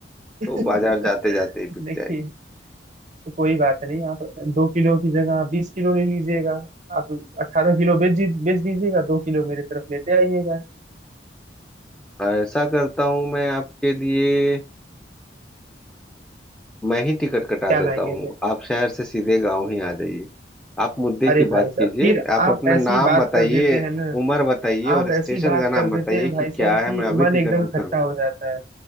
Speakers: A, on the right; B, in the centre.
A: <laughs>
B: तो बाजार जाते जाते ही बिक
A: देखिए
B: जाएगी
A: तो कोई बात नहीं आप दो किलो की जगह आप बीस किलो ले लीजिएगा आप अट्ठारह किलो बेच जी- बेच दीजिएगा दो किलो मेरे तरफ लेते आइएगा
B: ऐसा करता हूँ मैं आपके लिए मैं ही टिकट कटा
A: क्या
B: देता
A: लाएंगे
B: हूँ
A: फिर
B: आप शहर से सीधे गांव ही आ जाइए आप मुद्दे
A: अरे
B: की
A: भाई
B: बात
A: साहब
B: कीजिए
A: फिर
B: आप
A: आप
B: अपना
A: ऐसी
B: नाम
A: बात
B: बताइए
A: कर देते हैं ना
B: उम्र बताइए
A: आप
B: और स्टेशन
A: ऐसी बात
B: का
A: कर
B: नाम
A: देते
B: बताइए
A: हैं भाई
B: कि
A: साहब
B: क्या है
A: कि
B: मैं अभी
A: मन
B: टिकट
A: एकदम
B: बुक
A: खट्टा
B: करवा
A: हो जाता